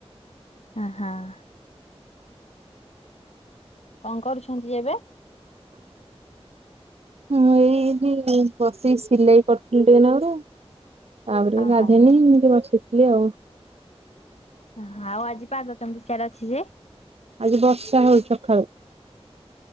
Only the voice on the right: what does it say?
ମୁଁ ଏଇଠି ବସିକି ସିଲେଇ କରୁଥିଲି ଟିକେନାରୁ। ତାପରେ
ଗାଧେଇନୀ ଇମିତି ବସିଚି। ଲି ଆଉ।
ଆଜି ବର୍ଷା ହଉଛି ସକାଳୁ।